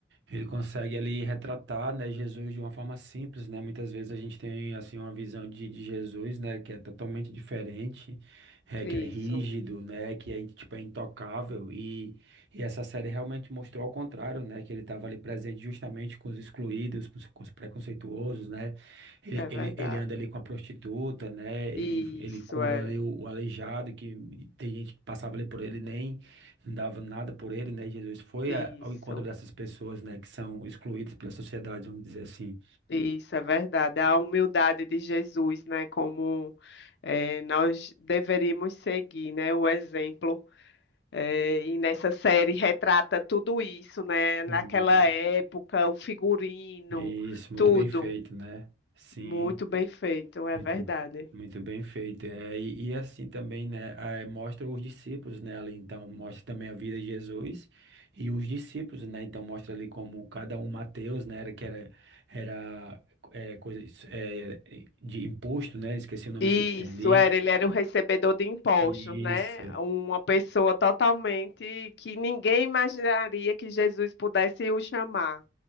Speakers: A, on the right; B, on the left.
A: ele consegue ali retratar, né, Jesus de uma forma simples, né? Muitas vezes a gente tem assim uma visão de, de Jesus, né, que é totalmente diferente, é,
B: Isso.
A: que é rígido, né, que é tipo é intocável e, e essa série realmente mostrou ao contrário, né, que ele estava ali presente justamente com os excluídos, com os, com os preconceituosos, né? Ele,
B: É verdade.
A: ele, ele anda ali com a prostituta, né? Ele,
B: Isso
A: ele cura
B: é,
A: ali o, o aleijado que tem gente que passava ali por ele nem não dava nada por ele, né? Jesus foi
B: isso,
A: a- ao encontro dessas pessoas, né, que são excluídas pela sociedade, vamos dizer assim.
B: isso é verdade. A humildade de Jesus, né? Como eh, nós deveríamos seguir, né? O exemplo. Eh, e nessa série retrata tudo isso, né? Naquela
A: Uhum.
B: época, o figurino,
A: Isso, muito
B: tudo.
A: bem feito, né? Sim,
B: Muito bem feito, é
A: muito,
B: verdade.
A: b- muito bem feito. É, e, e assim também, né, ah, mostra os discípulos, né, ali, então mostra também a vida de Jesus e os discípulos, né? Então mostra ali como cada um, Mateus, né, era que era era é, coisa de- é, de imposto, né? Esqueci o nomezinho
B: Isso,
A: que tem ali.
B: era, ele era o recebedor de impostos,
A: Isso,
B: né? Uma pessoa totalmente que ninguém imaginaria que Jesus pudesse o chamar.